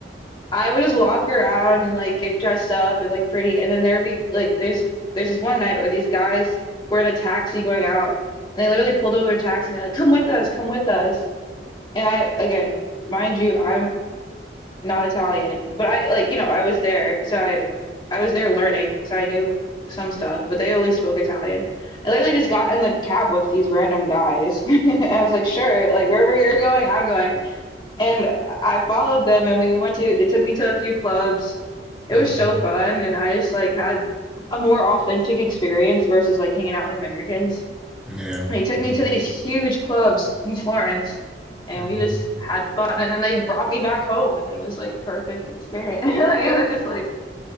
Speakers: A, on the left; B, in the centre.
A: I would just walk around and like get dressed up and look pretty. And then there'd be like there's there's this one night where these guys were in a taxi going out, and they literally pulled over a taxi and they're like, "Come with us, come with us." And I again, mind you, I'm not Italian, but I like, you know, I was there, so I I was there learning, so I knew some stuff, but they only spoke Italian. I literally just got in the cab with these random guys. <laughs> And I was like, sure, like wherever you're going, I'm going. And I followed them and we went to they took me to a few clubs. It
B: Mm.
A: was so fun and I just like had a more authentic experience versus like hanging out with Americans
B: yeah.
A: they took
B: Mm.
A: me to these huge clubs in Florence and
B: Mm.
A: we just had fun and then they brought me back home and then it was like perfect experience. <laughs> Like it was just like